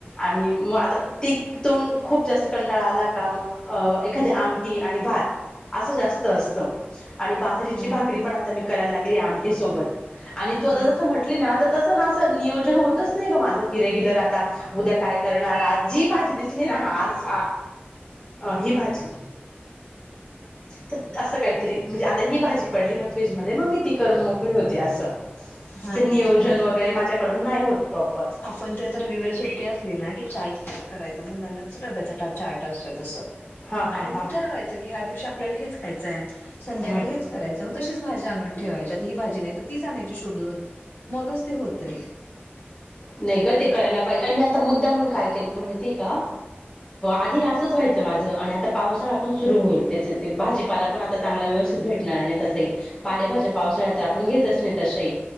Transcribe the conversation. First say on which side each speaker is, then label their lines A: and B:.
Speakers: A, on the left; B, on the left.
A: आणि मग आता ती तोंड खूप जास्त कंटाळा आला का मग अ एखादी आमटी आणि भात असं जास्त असतं आणि बाजरीची
B: हम्म
A: भाकरी पण आता मी करायला लागली आमटी सोबत आणि
B: हम्म
A: तू आता
B: हम्म
A: जस म्हटली ना तस ना नियोजन होतच नाही ग माझ की रेग्युलर आता उद्या काय करणार जी भाजी आज ही भाजी तर असं काही तरी म्हणजे आता ही भाजी पडली ना फ्रीजमध्ये मग मी ती करून मोकळी होते असं
B: हा हा
A: नियोजन
B: हा
A: वगैरे
B: हा
A: माझ्याकडून नाही होत प्रॉपर
B: आपण ते आता रविवारी सुट्टी असली ना की चार्ट चार करायचा मुलांना कसं डब्याचा टा चार्ट असतोय तसं
A: हां हां
B: आणि मग
A: हां
B: ठरवायचं की ह्या दिवशी आपल्याला हेच खायचंय संध्याकाळी
A: हां
B: हेच करायचंय मग तशीच भाजी आणून ठेवायची आता ही भाजी नाही तर तीच आणायची शोधून मगच ते होतय
A: नाही ग ते करायला पाहिजे आणि मी आता मुद्दामुन काय केला माहितीय का आधी असंच व्हायचं माझ आणि आता पावसाळा पण सुरु होईल त्याच्यात ते भाजीपाला पण आता चांगला व्यवस्थित भेटणार आणि तसही पालेभाज्या पावसाळ्यात तर आपण घेतच नाही तशाही